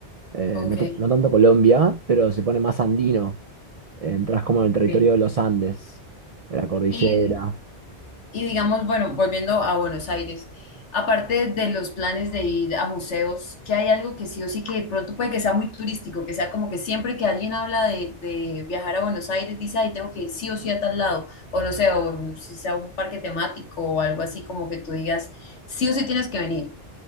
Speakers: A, on the right; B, on the left.
A: eh,
B: Ok,
A: no, t- no tanto Colombia, pero se pone más andino. Eh, Entras como en
B: ok.
A: el territorio de los Andes, de la cordillera.
B: Y, y digamos, bueno, volviendo a Buenos Aires, aparte de los planes de ir a museos, ¿qué hay algo que sí o sí que de pronto puede que sea muy turístico, que sea como que siempre que alguien habla de, de viajar a Buenos Aires, dice, ay, tengo que ir sí o sí a tal lado, o no sé, o si sea un parque temático o algo así como que tú digas, sí o sí tienes que venir.